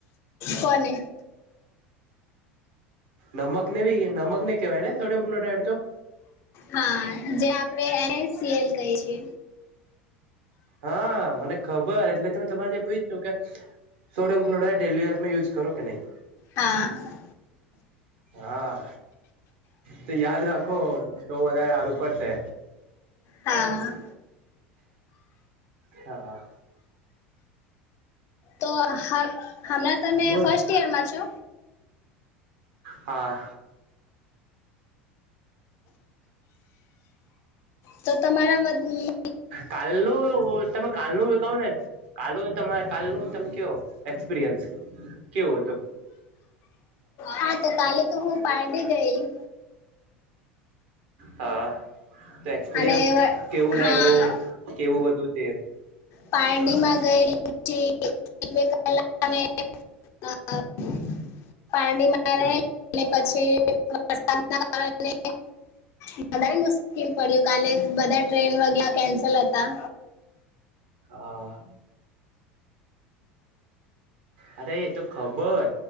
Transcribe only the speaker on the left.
તને.
હા જે આપડે એ ને સી એલ કહીએ છીએ.
હા
હા.
તો હાલ હાલમાં તમે
ફર્સ્ટ યરમાં છો?
તો તમારા મત
હા તો કાલે તો હું પારડી ગયેલી.
અને
હા
પારડીમાં ગયેલી હુતી એટલે <unintelligible> અને <unintelligible> પારડીમાં રહે પછી વરસાદ ના કારણે. વધારે મુશ્કેલ પડ્યું કાલે બધા ટ્રેન વગે કેન્સલ હતા.
હ છે <inaudible>